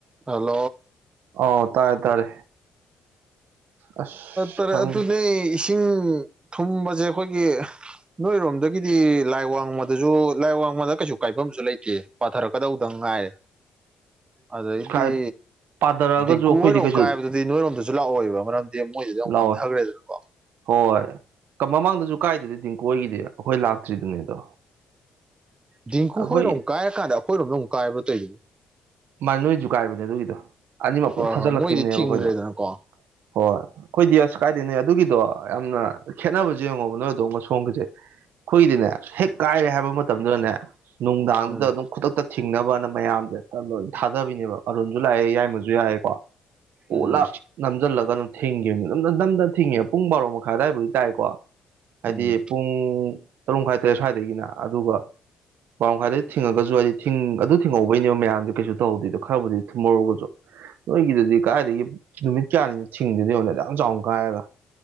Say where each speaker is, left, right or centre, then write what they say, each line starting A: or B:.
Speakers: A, on the right; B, on the right.
A: ꯍꯜꯂꯣ
B: ꯑꯥꯎ ꯇꯥꯔꯦ ꯇꯥꯔꯦ ꯑꯁ
A: ꯇꯔꯦꯠ
B: ꯈꯪꯗꯦ
A: ꯑꯗꯨꯅꯦ ꯏꯁꯤꯡ ꯊꯨꯝꯕꯁꯦ ꯑꯩꯈꯣꯏꯒꯤ ꯅꯣꯏꯔꯣꯝꯗꯒꯤꯗꯤ ꯂꯥꯏ ꯋꯥꯡꯃꯗꯁꯨ ꯂꯥꯏ ꯋꯥꯡꯃꯗ ꯀꯩꯁꯨ ꯀꯥꯏꯐꯝꯁꯨ ꯂꯩꯇꯦ ꯄꯥꯊꯔꯛꯀꯗꯧꯗꯪ ꯅꯨꯡꯉꯥꯏ ꯑꯗꯩꯗꯤ
B: ꯀꯥꯏ ꯄꯥꯊꯔꯛꯑꯒꯁꯨ
A: ꯗꯤꯦꯡꯀꯨ
B: ꯑꯩꯈꯣꯏꯗꯤ
A: ꯑꯣꯏꯔꯣꯝ
B: ꯀꯩꯁꯨ
A: ꯀꯥꯏꯕꯗꯨꯗꯤ ꯅꯣꯏꯔꯣꯝꯗꯁꯨ ꯂꯥꯛꯑꯣꯏꯕ ꯃꯔꯝꯗꯤ ꯃꯣꯏꯗꯨꯗꯤ ꯑꯃꯨꯛ
B: ꯂꯥꯛꯑꯣꯑꯣꯦ
A: ꯅꯝꯊꯈ꯭ꯔꯦꯗꯅꯀꯣ
B: ꯍꯣꯏ ꯃꯃꯥꯡꯗꯁꯨ ꯀꯁꯨ ꯀꯥꯏꯗꯗꯤ ꯇꯤꯡꯀꯣꯏꯒꯤꯗꯤ ꯑꯩꯈꯣꯏ ꯂꯥꯛꯇ꯭ꯔꯤꯗꯨꯅꯦ ꯑꯗꯣ
A: ꯗꯤꯦꯡꯀꯨ
B: ꯑꯩꯈꯣꯏ
A: ꯍꯣꯏꯔꯣꯝ ꯀꯥꯏꯔꯀꯥꯟꯗ ꯑꯩꯈꯣꯏꯔꯣꯝꯗ ꯑꯃꯨ ꯀꯥꯏꯕ꯭ꯔꯣ ꯇꯩꯗꯅꯦ
B: ꯃꯥ ꯅꯣꯏ ꯖꯨꯒꯥꯏꯕꯅꯦ ꯑꯗꯨꯒꯤꯗꯣ ꯑꯅꯤꯃꯛ ꯄꯨꯂꯞ
A: ꯍꯣꯏ
B: ꯊꯥꯖꯤꯜꯂꯛꯈꯤꯕꯅꯦꯕ
A: ꯍꯣꯏ ꯃꯣꯏꯗꯤ ꯊꯤꯡꯈ꯭ꯔꯦꯗꯅꯀꯣ
B: ꯑꯩꯈꯣꯏꯗ ꯍꯣꯏ ꯑꯩꯈꯣꯏꯗꯤ ꯑꯁ ꯀꯥꯏꯗ ꯅꯣꯏ ꯑꯗꯨꯒꯤꯗꯣ ꯌꯥꯝꯅ ꯈꯦꯠꯅꯕꯁꯦ ꯌꯦꯡꯉꯣꯕ ꯅꯣꯏ ꯗ ꯁꯣꯝꯒꯤꯁꯦ ꯑꯩꯈꯣꯏꯗꯤꯅꯦ ꯍꯦꯛ ꯀꯥꯏꯔꯦ ꯍꯥꯏꯕ ꯃꯇꯝꯗꯨꯗꯅꯦ ꯅꯨꯡꯗꯥꯡꯗꯨꯗ
A: ꯎꯝ
B: ꯑꯗꯨꯝ ꯈꯨꯗꯛꯇ ꯊꯤꯡꯅꯕꯅ ꯃꯌꯥꯝꯁꯦ ꯊꯥꯗꯕꯤꯅꯦꯕ ꯑꯔꯨꯟꯁꯨ ꯂꯥꯛꯑꯦ ꯌꯥꯏꯃꯁꯨ ꯌꯥꯏꯑꯦꯀꯣ ꯑꯣ
A: ꯎꯝ
B: ꯂꯥꯛ ꯅꯝꯁꯤꯜꯂꯒ ꯑꯗꯨꯝ ꯊꯤꯡꯈꯤꯕꯅꯦ ꯅꯝꯅ ꯅꯝꯗꯅ ꯊꯤꯡꯉꯦ ꯄꯨꯡ ꯕꯥꯔꯣ ꯃꯈꯥꯏ ꯑꯋꯥꯏꯕꯨꯗꯤ ꯇꯥꯏꯀꯣ ꯍꯥꯏꯗꯤ
A: ꯎꯝ
B: ꯄꯨꯡ ꯇꯔꯨꯛ ꯃꯈꯥꯏ ꯇꯔꯦꯠ ꯁ꯭ꯋꯥꯏꯗꯒꯤꯅ ꯑꯗꯨꯒ ꯄ ꯃꯈꯥꯏꯗ ꯊꯤꯡꯉꯒꯁꯨ ꯍꯥꯏꯗꯤ ꯊ ꯑꯗꯨ ꯊꯤꯡꯍꯧꯕꯩꯅꯦꯕ ꯃꯌꯥꯝ ꯑꯗꯨ ꯀꯩꯁꯨ ꯇꯧꯗꯦꯗꯣ ꯈꯔꯕꯨꯗꯤ ꯊꯨꯝꯃꯧꯔꯨꯒꯁꯨ ꯅꯣꯏꯒꯤꯗꯨꯗꯤ ꯀꯥꯏꯗꯒꯤ ꯅꯨꯃꯤꯠ ꯀꯌꯥꯅꯤꯅ ꯊꯤꯡꯗꯣꯏꯅꯉ ꯌꯥꯝ ꯆꯥꯎꯅ ꯀꯥꯏꯔꯒ